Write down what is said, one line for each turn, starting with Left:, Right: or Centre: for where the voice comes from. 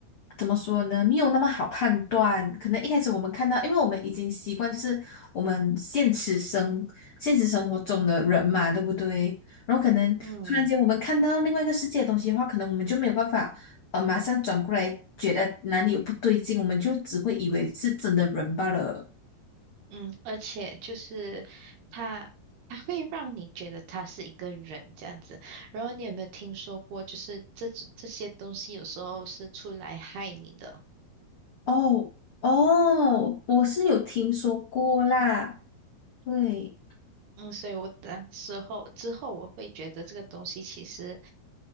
Left: 怎么说呢，没有那么好判断。可能一开始我们看到，因为我们已经习惯就是我们现实生现实生活中的人嘛，对不对？然后可能突然间我们看到另外一个世界的东西的话，
Right: 嗯。
Left: 可能我们就没有办法呃马上转过来，觉得哪里有不对劲，我们就只会以为是真的人罢了。
Right: 嗯，而且就是他，他会让你觉得他是一个人这样子。然后你有没有听说过，就是这这这些东西有时候是出来害你的。
Left: 哦哦，我是有听说过啦，对。
Right: 嗯，所以我当时候之后我会觉得这个东西其实，